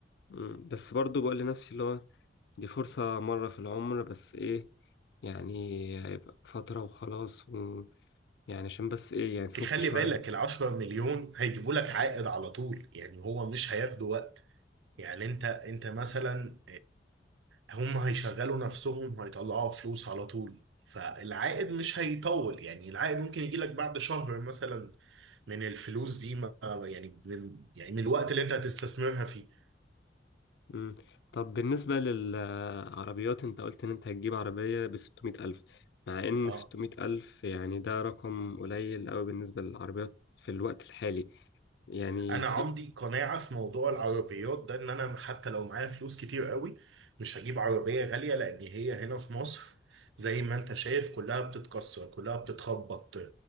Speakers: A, on the left (about 65°); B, on the right (about 85°).
A: مم، بس برضو بقول لنفسي اللي هو دي فرصة مرة في العمر بس ايه يعني هيبقى فترة وخلاص ويعني عشان بس ايه يعني نفك
B: تخلي
A: شوية
B: بالك العشرة مليون هيجيبوا لك عائد على طول يعني هو مش هياخدوا وقت يعني انت انت مثلا هم هيشغلوا نفسهم وهيطلعوا فلوس على طول فالعائد مش هيطول يعني العائد ممكن يجي لك بعد شهر مثلا من الفلوس دي ما يعني من يعني من الوقت اللي انت هتستثمرها فيه
A: مم. طب بالنسبة للعربيات انت قلت ان انت هتجيب عربية بستمية ألف مع ان
B: اه
A: ستمية ألف يعني ده رقم قليل قوي بالنسبة للعربيات في الوقت الحالي يعني
B: انا
A: في
B: عندي قناعه في موضوع العربيات ده ان انا حتى لو معايا فلوس كتير قوي مش هجيب عربيه غاليه لان هي هنا في مصر زي ما انت شايف كلها بتتكسر كلها بتتخبط